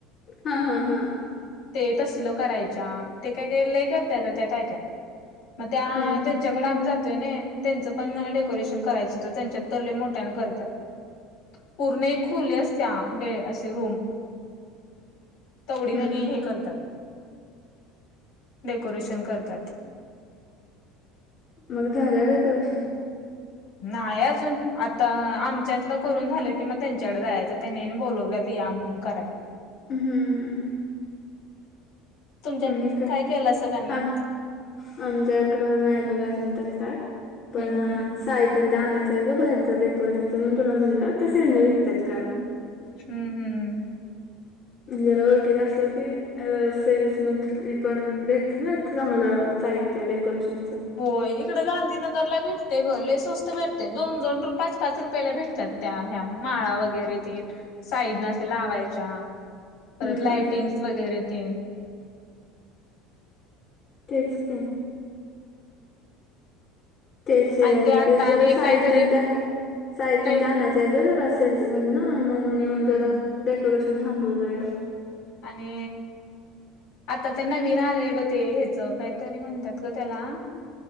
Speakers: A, on the left; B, on the left.
A: हा हा हा.
B: ते तसलं करायच्या ते काय काय लय करता येत त्या काय काय म त्या
A: हम्म हम्म.
B: त्यांच्या कडे आम्ही जातोय नये त्यांचं पण डेकोरेशन करायचं होतं त्यांच्यात तर लई मोठ्याने करत्यात. पूर्ण एक खोली असत्या आंबे असे रूम तेवढी
A: हम्म
B: तिन्ही
A: हम्म.
B: हे करतात डेकोरेशन करतात.
A: मग झालं डेकोरेशन?
B: नाही अजून आता आमच्यातलं करून झालं कि मग त्यांच्याकडे जायचं त्यांनी बोलवल्यात या म्हणून करायला.
A: हम्म ह
B: तुमच्यात
A: आणि काय
B: केलं असं का नाही
A: आम आमच्याकड नाही बघा अजून तरी काय. पण
B: हम्म
A: <inaudible>
B: हम्म
A: त्याच आणायच हाय ग बाहेरंच डेकोरेशनच म्हणून तुला म्हटल सेल न विकतात काय म्हणून.
B: हम्म हम्म
A: जरा ओळखीच असल की सेल्स मध पण भेटली ना चांगल साहित्य त्या डेकोरेशनच.
B: होय इकड गांधीनगरला भेटतय बघ लई स्वस्त भेटते दोन दोन पाच पाच रुपयाला भेटतात. त्या ह्या माळा वगैरे ते साईडन अशा लावायच्या. परत
A: हम्म
B: लाइटिंग्स वगैरे त
A: तेच की, तेच
B: आणि आता
A: ते जरा
B: आणि
A: साहित्य
B: काहीतरी
A: त्या साहित्य
B: नाही
A: ते आणायच <inaudible> सेल्स मधुन ना म्हणून
B: हम्म
A: मग डेकोरेशन थांबवलया.
B: आणि आता त्या नवीन आले ब ते ह्याच काहीतरी म्हणतात ग त्याला.